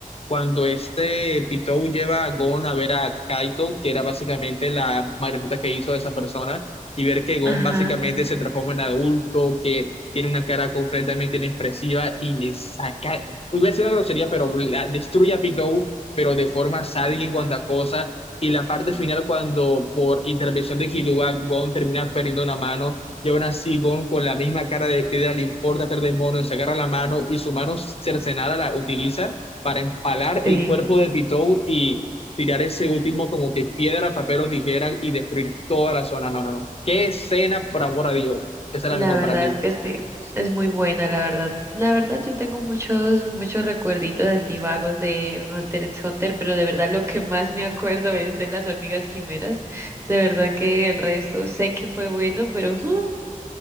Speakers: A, on the left (about 45°); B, on the right (about 20°).
A: cuando este Pitou lleva a Gon a ver a Kaito, que era básicamente la marioneta que hizo de esa persona, y ver que Gon
B: ajá,
A: básicamente se transforma en adulto, que tiene una cara completamente inexpresiva y le saca, iba a decir una grosería, pero la- destruye a Pitou pero de forma sádica y cuanta cosa, y la parte final cuando por intervención de Killua, Gon termina perdiendo una mano y aún así Gon con la misma cara de piedra le importa hacer demonios, agarra la mano y su mano cercenada la utiliza para empalar
B: sí,
A: el cuerpo de Pitou y tirar ese último como que piedra, papel o tijera y destruir toda la zona. No, no, no. Qué escena, por amor a Dios. Esa es
B: la
A: la mejor
B: verdad
A: para mí.
B: es que sí, es muy buena, la verdad. La verdad yo tengo muchos, muchos recuerditos así vagos de Hunter x Hunter, pero de verdad lo que más me acuerdo es de las hormigas quimeras. De verdad que el resto sé que fue bueno, pero ujú,